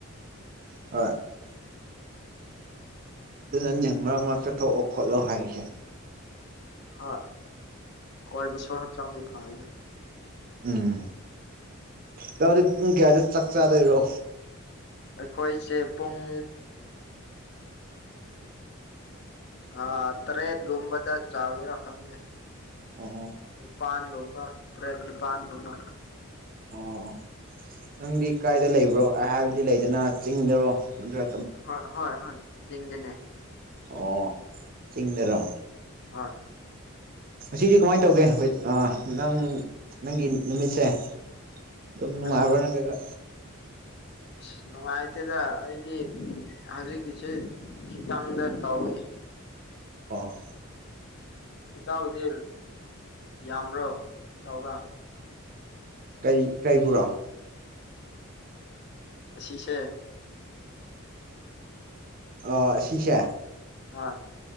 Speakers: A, on the right; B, on the left.
A: ꯍꯣꯏ ꯑꯗꯨ ꯅꯅꯤ ꯃꯔꯛ ꯃꯔꯛꯛꯇ ꯊꯣꯛꯑꯣ ꯈꯣꯠꯂꯣ ꯍꯥꯏꯁꯦ
B: ꯍꯣꯏ ꯀꯣꯏꯕꯁꯨ ꯍꯛꯆꯥꯡꯒꯤ ꯐꯗ
A: ꯎꯝ ꯌꯥꯗꯤ ꯄꯨꯡ ꯀꯌꯥꯗ ꯆꯥꯛ ꯆꯥꯗꯣꯏꯔꯣ
B: ꯑꯩꯈꯣꯏꯁꯦ ꯄꯨꯡ ꯑꯥ ꯇꯔꯦ ꯨꯝꯕ ꯆꯒꯤꯔꯈꯥꯡꯗꯦ
A: ꯑꯣ
B: ꯅꯤꯄꯥꯜꯒꯨꯝꯕ ꯇꯔꯦꯠ ꯅꯤꯄꯥꯜꯒꯨꯝꯕ
A: ꯑꯣ ꯅꯪꯗꯤ ꯀꯥꯏꯗ ꯂꯩꯕ꯭ꯔꯣ ꯍꯥꯏꯕꯗꯤ ꯂꯩꯗꯅ ꯆꯤꯡꯗꯔꯣ ꯅꯠꯇ꯭ꯔ
B: ꯍꯣꯏ ꯍꯣꯏ ꯍꯣꯏ ꯆꯤꯡꯗꯅꯦ
A: ꯑꯣ ꯁꯤꯁꯤꯡꯗꯔꯣ
B: ꯍꯣꯏ
A: ꯉꯁꯤꯗꯤ ꯀꯃꯥꯏꯅ ꯇꯧꯒꯦ ꯅꯪ ꯅꯪꯒꯤ ꯅꯨꯃꯤꯠꯁꯦ ꯑꯗꯨꯝꯅꯅꯨꯡꯉꯥꯏꯕꯅꯠꯇꯒ
B: ꯑꯁ ꯑꯁ ꯅꯨꯡꯉꯥꯏꯇꯦꯗ ꯑꯩꯗꯤ ꯍꯧꯖꯤꯛꯀꯤꯁꯤꯦ ꯈꯤꯇꯪꯗ ꯇꯧꯏꯦ
A: ꯑꯣ
B: ꯏꯇꯥꯎꯒꯤꯗꯤ ꯌꯥꯝꯕ꯭ꯔꯣ ꯇꯧꯒ
A: ꯀꯩ ꯀꯩꯕꯨꯔꯥ
B: ꯑꯁꯤꯁꯦ
A: ꯑꯣ ꯁꯤꯁꯦ
B: ꯑ